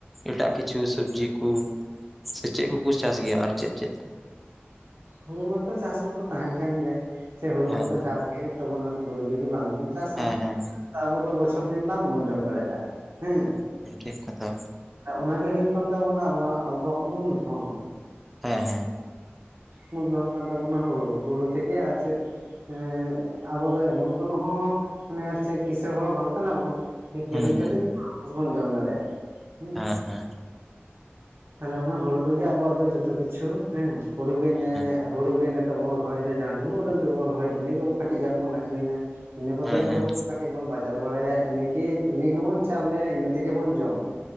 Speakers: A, in the centre; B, on the right (about 65°).
A: ᱮᱴᱟᱜ ᱠᱤᱪᱷᱩ ᱥᱚᱵᱡᱤ ᱠᱩ ᱥᱮ ᱪᱮᱫ ᱠᱚᱠᱚ ᱪᱟᱥ ᱜᱮᱭᱟ ᱟᱨ ᱪᱮᱫ ᱪᱮᱫ ᱠᱚ
B: ᱦᱩᱲᱩ ᱢᱟᱛᱚ ᱪᱟᱥ ᱢᱚᱛᱚ ᱛᱟᱦᱮᱱ ᱠᱟᱱ ᱜᱮᱭᱟ ᱥᱮ ᱦᱩᱲᱩ
A: ᱦᱮᱸ
B: ᱢᱟᱛᱚ ᱪᱟᱥ ᱜᱮ ᱦᱩᱭᱩᱜ ᱛᱟᱵᱚᱱᱟ ᱦᱩᱲᱩ ᱡᱩᱚᱫᱤ ᱵᱟᱝᱵᱚᱱ ᱪᱟᱥᱟ
A: ᱦᱮᱸ ᱦᱮᱸ
B: ᱟᱵᱚ ᱫᱚ ᱵᱚᱪᱷᱚᱨ ᱫᱤᱱ ᱵᱟᱝᱵᱚᱱ ᱡᱚᱢ ᱫᱟᱲᱮᱭᱟᱜᱼᱟ ᱦᱮᱸ
A: <unintelligible> ᱠᱟᱛᱷᱟ
B: ᱚᱱᱟᱜᱮ ᱦᱩᱭᱩᱜ ᱠᱟᱱ ᱛᱟᱵᱚᱱᱟ ᱟᱵᱚ ᱟᱵᱚᱣᱟᱜ ᱢᱩᱞ ᱫᱷᱚᱱ
A: ᱦᱮᱸ ᱦᱮᱸ
B: ᱢᱩᱞ ᱫᱷᱚᱱ ᱠᱟᱱ ᱛᱟᱵᱚᱱᱟ ᱦᱩᱲᱩ ᱦᱩᱲᱩ ᱛᱮᱜᱮ ᱟᱨ ᱪᱮᱫ ᱮᱸ ᱟᱵᱚ ᱫᱚ ᱮᱢᱚᱱ ᱠᱳᱱᱚ ᱦᱚᱸ ᱢᱟᱱᱮ ᱟᱨ ᱪᱮᱫ ᱠᱸᱤᱥᱟᱹᱬ ᱦᱚᱲ ᱵᱟᱝ ᱠᱟᱱᱟ ᱵᱚᱱ ᱪᱮ ᱠᱤᱨᱤᱧ
A: ᱦᱩᱸ
B: ᱠᱟᱛᱮᱫ
A: ᱦᱩᱸ
B: ᱜᱮ <unintelligible> ᱵᱚᱱ ᱡᱚᱢ ᱫᱟᱲᱮᱭᱟᱜᱼᱟ ᱦᱩᱸ
A: ᱦᱮᱸ ᱦᱮᱸ
B: ᱛᱟᱦᱚᱞᱮ ᱚᱱᱟ ᱦᱩᱲᱩ ᱨᱮᱜᱮ ᱟᱵᱚᱣᱟᱜ ᱫᱚ ᱡᱚᱛᱚ ᱠᱤᱪᱷᱩ ᱦᱮᱸ ᱦᱩᱲᱩᱜᱮ
A: ᱦᱮᱸ
B: ᱦᱩᱲᱩᱜᱮ ᱱᱤᱛᱚᱜ ᱵᱚᱱ ᱨᱚᱦᱚᱭᱮᱫᱟ ᱡᱟᱦᱟᱸ ᱛᱤᱱᱟᱹᱜ ᱩᱰᱟᱹᱝ ᱜᱮᱵᱚᱱ ᱨᱚᱦᱚᱭ ᱤᱱᱟᱹᱜᱮᱵᱚ ᱠᱟᱹᱴᱤᱡ ᱜᱟᱱ ᱵᱚᱱ ᱟᱹᱠᱷᱨᱤᱧᱟ ᱤᱱᱟᱹ ᱠᱚᱛᱮ
A: ᱦᱮᱸ
B: ᱜᱮ
A: ᱦᱮᱸ
B: ᱠᱟᱹᱴᱤᱡ ᱵᱚᱱ ᱵᱟᱡᱟᱨ ᱵᱟᱲᱟᱭᱟ ᱤᱱᱟᱹᱜᱮ ᱤᱱᱟᱹ ᱜᱮᱵᱚᱱ ᱪᱟᱣᱞᱮᱭᱟ ᱤᱱᱟᱹ ᱛᱮᱜᱮ ᱵᱚᱱ ᱡᱚᱢᱟ